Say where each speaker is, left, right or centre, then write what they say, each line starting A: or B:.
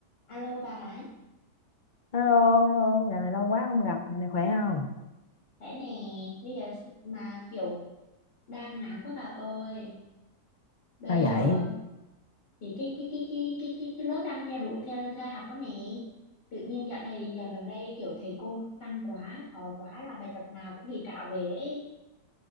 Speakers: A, on the left (about 80°); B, on the left (about 35°).
A: Alo bà hả?
B: Hello, hello, nhà này lâu quá không gặp, nhà này khỏe không?
A: Đấy nè, bây giờ mà kiểu đang nắng quá bà ơi. Bây
B: Sao
A: giờ
B: vậy?
A: um, thì cái cái cái cái cái cái, cái lớp đang theo đuổi theo theo học đó nè. Tự nhiên dạo này dạo gần đây kiểu thầy cô tăng quá, khó quá là bài tập nào cũng bị trả về ấy.